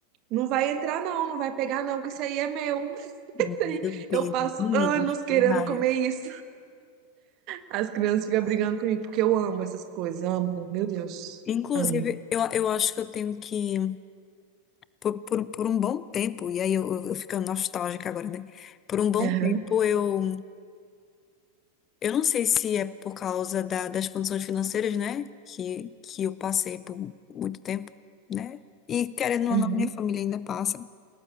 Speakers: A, on the right (about 40°); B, on the left (about 25°).
A: não vai entrar, não, não vai pegar, não, que isso aí é meu. <laughs>
B: Meu
A: Isso aí,
B: Deus,
A: Eu passo
B: meninos,
A: anos
B: que
A: querendo
B: raia.
A: comer isso. As crianças ficam brigando comigo, porque eu amo essas coisas, amo, meu Deus,
B: Inclusive,
A: amo.
B: eu, eu acho que eu tenho que por, por, por um bom tempo, e aí eu, eu, eu ficando nostálgica agora, né? Por um bom
A: Aham,
B: tempo eu, eu não sei se é por causa da- das condições financeiras, né? Que, que eu passei por muito tempo, né? E querendo ou
A: uhum.
B: não, minha família ainda passa.